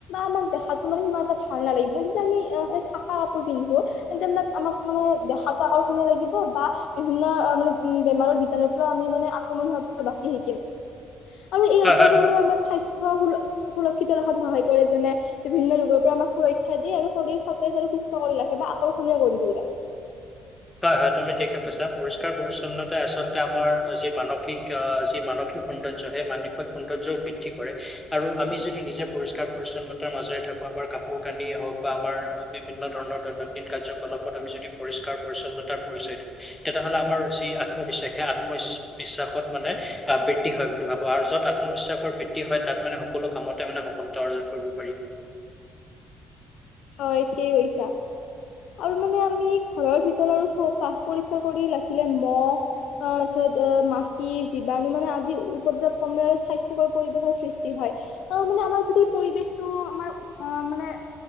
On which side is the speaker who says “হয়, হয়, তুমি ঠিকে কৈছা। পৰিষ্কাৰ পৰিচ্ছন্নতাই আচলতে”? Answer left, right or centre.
Left